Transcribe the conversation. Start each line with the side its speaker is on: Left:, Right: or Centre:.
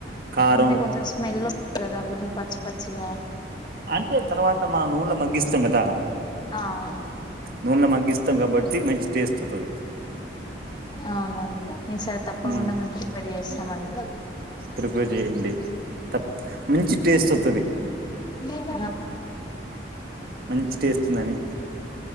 Right: కారం
Left: అంటే కొంచెం స్మెల్ వస్తది కదా అల్లము పచ్చి పచ్చిగా
Right: అంటే తర్వాత మనం నున్లో మగ్గిస్తాం కదా
Left: ఆ అవును
Right: నున్లో మగ్గిస్తాం కాబట్టి మంచి టేస్ట్ వాతది
Left: అవునా అండి ఈ సారీ తప్పకుండా
Right: హ్మ్.
Left: మేము ప్రిపేర్ చేస్తాం అండి
Right: ప్రిపేర్ చేయండి. తం మంచి టేస్ట్ వస్తది.
Left: అవునండి
Right: మంచి టేస్ట్ ఉందని.